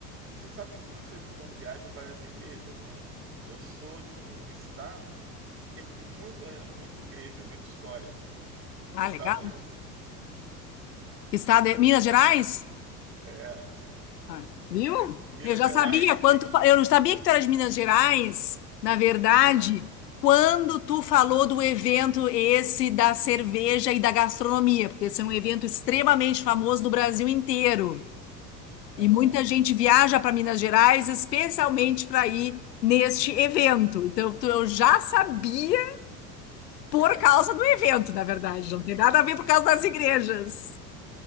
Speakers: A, on the right; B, on the left.
A: você sabe que você falou que você quando viaja vai às igrejas, né? Eu sou de um estado que tem muita muita igreja, muita história.
B: Ah,
A: Que estado
B: legal.
A: é esse?
B: Estado é Minas Gerais?
A: É,
B: Ah, Viu?
A: Minas
B: Eu já
A: Gerais
B: sabia quanto.
A: tem.
B: Eu não sabia que tu era de Minas Gerais. Na verdade,
A: É,
B: quando tu falou do evento esse da cerveja e da gastronomia, porque esse é um evento extremamente famoso no Brasil inteiro.
A: aham.
B: E muita gente viaja para Minas Gerais especialmente para ir neste evento. Então, tu- eu já sabia por
A: <laughs>
B: causa do evento, na verdade. Não tem nada a ver por causa das igrejas.